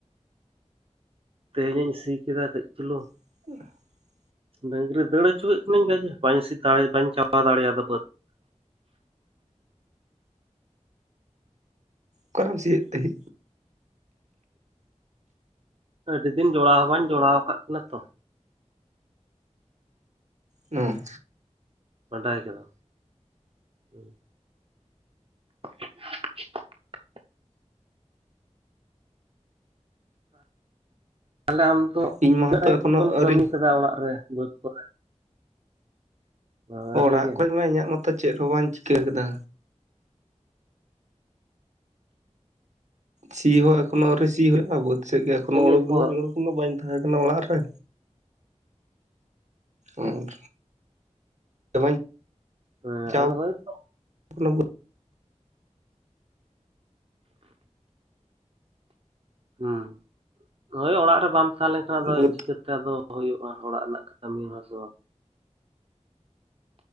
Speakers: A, on the right; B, on the right.
A: ᱛᱮᱦᱮᱧ ᱤᱧ ᱥᱤ ᱠᱮᱫᱟ ᱠᱟᱹᱡ ᱪᱩᱞᱩᱝ᱾
B: <unintelligible>
A: ᱰᱟᱹᱝᱨᱤ ᱫᱟᱹᱲ ᱦᱚᱪᱚ ᱠᱮᱫ ᱠᱟᱹᱱᱟᱹᱧ ᱜᱟᱡᱮ ᱵᱟᱹᱧ ᱥᱤ ᱫᱟᱲᱮ ᱵᱟᱹᱧ ᱪᱟᱵᱟ ᱫᱟᱲᱮ ᱟᱫᱟ ᱵᱟᱹᱫᱽ᱾
B: ᱚᱠᱟ ᱨᱮᱢ ᱥᱤᱭᱮᱜ ᱛᱮᱦᱮ?
A: ᱟᱹᱰᱤ ᱫᱤᱱ ᱡᱚᱲᱟᱣ ᱦᱚᱸ ᱵᱟᱹᱧ ᱡᱚᱲᱟᱣ ᱟᱠᱟᱫ ᱠᱤᱱᱟ ᱛᱚ᱾
B: ᱱᱚ
A: ᱵᱟᱰᱟᱭ ᱠᱮᱫᱟᱢ ᱦᱩᱸ᱾ <inaudible> ᱛᱟᱞᱦᱮ ᱟᱞᱮ ᱚᱲᱟᱜ
B: ᱤᱧ ᱢᱟᱛᱚ
A: ᱨᱮ
B: ᱮᱠᱷᱚᱱᱳ
A: ᱪᱮᱫ ᱠᱚᱢ
B: ᱟᱹᱣᱨᱤ
A: ᱠᱟᱹᱢᱤ ᱠᱮᱫᱟ ᱚᱲᱟᱜ ᱨᱮ ᱵᱟᱹᱫ ᱠᱚᱨᱮ᱾ ᱟᱹᱣᱨᱤ
B: ᱚᱲᱟᱜ
A: ᱜᱮ
B: ᱠᱷᱚᱡ ᱢᱟ ᱤᱧᱟᱹᱜ ᱢᱚᱛᱚ ᱪᱮᱫ ᱦᱚᱸ ᱵᱟᱹᱧ ᱪᱤᱠᱟᱹ ᱠᱮᱫᱟ᱾ ᱥᱤ ᱦᱚᱸ ᱮᱠᱷᱚᱱᱳ ᱟᱹᱣᱨᱤ ᱥᱤ ᱦᱳᱭᱳᱜ-ᱟ ᱵᱟᱹᱫ ᱥᱮᱫ ᱜᱮ ᱮᱠᱷᱚᱱᱳ
A: ᱤᱭᱟᱹ
B: ᱳᱰᱳᱠ
A: ᱠᱚ
B: ᱜᱮ ᱵᱟᱹᱧ ᱳᱰᱳᱠ ᱞᱮᱱᱟ ᱵᱟᱹᱧ ᱛᱟᱦᱮᱸᱠᱟᱱᱟ ᱚᱲᱟᱜ ᱨᱮ ᱟᱨ <unintelligible>
A: ᱦᱮᱸ ᱟᱫᱚ ᱦᱳᱭᱛᱚ
B: ᱠᱟᱱᱟ
A: ᱦᱩᱸ ᱦᱳᱭ ᱚᱲᱟᱜ ᱨᱮ ᱵᱟᱢ ᱛᱟᱦᱮᱸ ᱞᱮᱱᱠᱷᱟᱱ ᱫᱚ ᱟᱫᱚ
B: ᱵᱟᱹᱫᱽ
A: ᱪᱤᱠᱟᱹᱛᱮ ᱟᱫᱚ ᱦᱳᱭᱳᱜ-ᱟ ᱚᱲᱟᱜ ᱨᱮᱱᱟᱜ ᱠᱟᱹᱢᱤ ᱦᱚᱸ ᱥᱮ ᱵᱟᱝ᱾